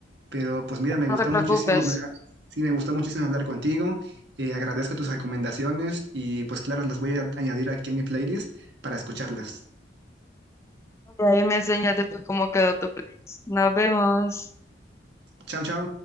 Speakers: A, on the right; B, on the left.
A: Pero pues mira, me
B: No
A: gusta
B: te
A: muchísimo
B: preocupes.
A: hablar, sí, me gusta muchísimo hablar contigo. eh, agradezco tus recomendaciones y pues claro, las voy a añadir aquí en mi playlist para escucharlas.
B: Y ahí me enseñas después cómo quedó tu playlist. Nos vemos.
A: Chao, chao.